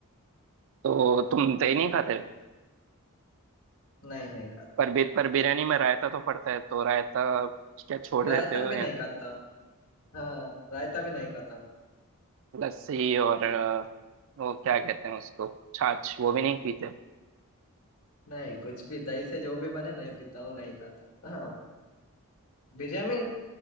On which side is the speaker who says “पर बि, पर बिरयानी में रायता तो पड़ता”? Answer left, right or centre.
Right